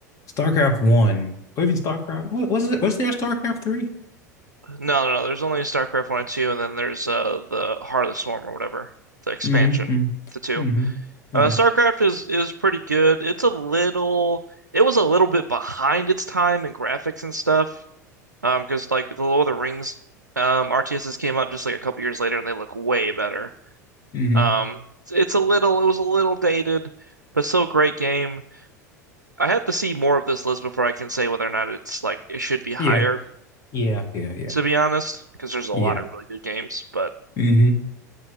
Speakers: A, on the left (about 35°); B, on the right (about 80°).
A: StarCraft 1 or even StarCraft what was it? Was there a StarCraft 3?
B: no, no, no. There's only StarCraft one and two, and then there's uh the Heart of the Swarm or whatever, the expansion
A: Mm-hmm. Mm-hmm.
B: to two.
A: mm-hmm, Yeah.
B: Uh, StarCraft is is pretty good. It's a little, it was a little bit behind its time in graphics and stuff. Um, because like the Lord of the Rings, um, RTSs came out just like a couple years later, and they look way better.
A: Mm-hmm.
B: Um, it's, it's a little, it was a little dated, but still a great game. I have to see more of this list before I can say whether or not it's like it should be higher.
A: yeah. Yeah, yeah, yeah,
B: to be honest, because there's a
A: yeah.
B: lot of really good games. But
A: hmm